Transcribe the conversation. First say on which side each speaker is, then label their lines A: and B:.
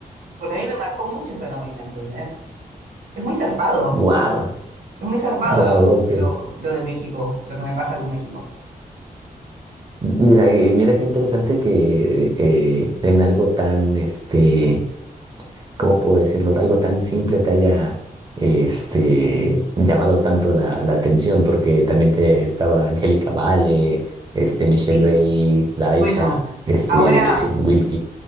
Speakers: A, on the right; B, on the right.
A: porque a mí me marcó mucho esa novela, ¿entendés? Es muy zarpado.
B: Wow,
A: Es muy zarpado
B: wow,
A: lo,
B: ok.
A: lo- lo de México, lo que me pasa con México.
B: Mira, y mira qué interesante que eh, en algo tan, este, ¿cómo puedo decirlo? Algo tan simple te haya este, llamado tanto la, la atención, porque también te estaba Angélica Vale, este, Michelle
A: Sí,
B: Bay, Laisha,
A: Bueno,
B: este,
A: ahora,
B: Wilkie.